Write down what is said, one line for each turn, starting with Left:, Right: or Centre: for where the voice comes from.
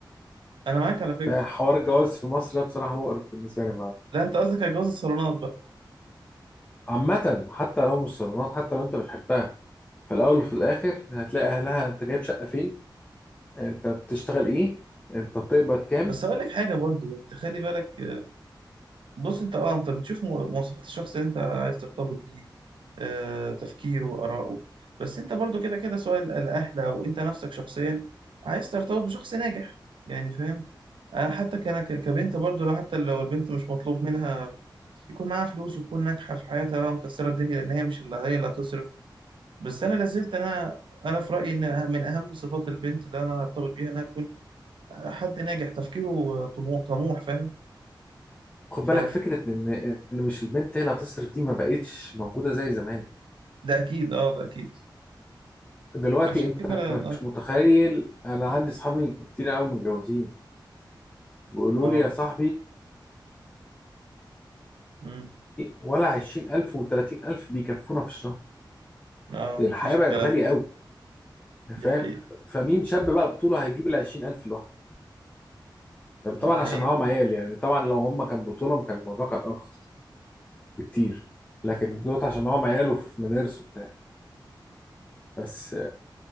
Right: أنا معاك على فكرة
Left: ده حوار الجواز في مصر ده بصراحة مقرف بالنسبة لي
Right: لا أنت قصدك على جواز الصالونات بقى
Left: عامة حتى لو مش صالونات حتى لو انت بتحبها في الاول وفي الاخر هتلاقي اهلها انت جايب شقة فين انت بتشتغل ايه انت بتقبض كام
Right: بس أقول لك حاجة برضو يعني أنت خلي بالك بص انت اه انت بتشوف مو- مواصفات الشخص اللي انت عايز ترتبط بيه آه، تفكيره آراءه بس انت برضو كده كده سواء ال- الاهل او انت نفسك شخصيا عايز ترتبط بشخص ناجح يعني فاهم انا حتى كان ك- كبنت برضو لو حتى لو البنت مش مطلوب منها يكون معاها فلوس وتكون ناجحة في حياتها بقى ومكسرة الدنيا لان هي مش اللي هي اللي هتصرف بس انا لازلت انا انا في رايي ان أه- من اهم صفات البنت اللي انا ارتبط بيها انها تكون حد ناجح تفكيره طموح طموح فاهم
Left: خد
Right: ف
Left: بالك
Right: ف-
Left: فكرة ان ان مش البنت هي اللي هتصرف دي ما بقتش موجودة زي زمان
Right: ده اكيد اه ده اكيد
Left: دلوقتي
Right: عشان
Left: انت
Right: كده انا اه
Left: مش متخيل انا عندي صحابي كتير قوي متجوزين بيقولوا
Right: اه
Left: لي يا صاحبي
Right: مم.
Left: ولا 20000 و30000 بيكفونا في الشهر
Right: اه
Left: الحياة
Right: مفيش الكلام
Left: بقت غالية
Right: ده
Left: قوي فاهم
Right: دي حقيقة
Left: فمين شاب بقى بطوله هيجيب ال 20000 لوحده طبعا
Right: دي حقيقة
Left: عشان معاهم عيال يعني طبعا لو هم كان بطولهم كان الموضوع كان ارخص بكتير لكن دوت عشان معاهم عيال وفي مدارس وبتاع بس آه،